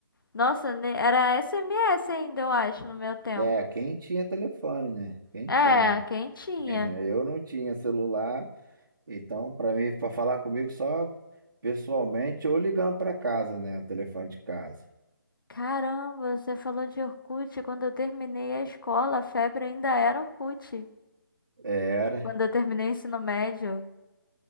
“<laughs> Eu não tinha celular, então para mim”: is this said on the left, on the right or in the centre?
Right